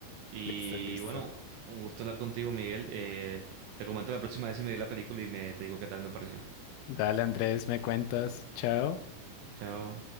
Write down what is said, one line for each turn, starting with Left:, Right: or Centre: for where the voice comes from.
Right: Y
Left: Listo, listo.
Right: bueno, un gusto hablar contigo, Miguel. Eh, te comento la próxima vez si me vi la película y me te digo qué tal me pareció.
Left: Dale, Andrés, me cuentas. Chao.
Right: Chao.